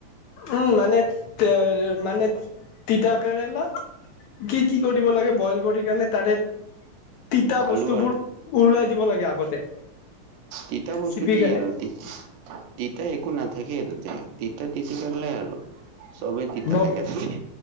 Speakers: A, on the left; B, on the right.
A: উম, মানে মানে তিতা কেৰেলা কি কি কৰিব লাগে বইল কৰি কিনে তাৰে তিতা
B: আলু
A: বস্তুবোৰ
B: আৰু
A: উৰুলাই দিব লাগে আগতে।
B: তিতা বস্তু
A: চিপি
B: কি
A: কেনে
B: আৰু তি তিতা একো নাথাকেই তেতিয়া। তিতা তিতাকেৰেলাই আৰু চবেই তিতা
A: ব
B: থাকে থাকে।